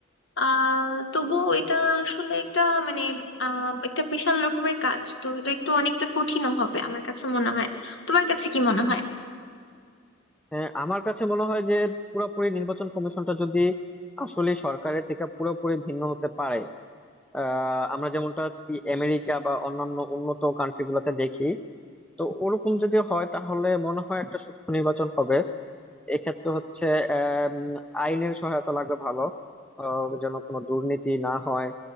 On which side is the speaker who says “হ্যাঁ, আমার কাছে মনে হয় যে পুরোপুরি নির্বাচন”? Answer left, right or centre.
Centre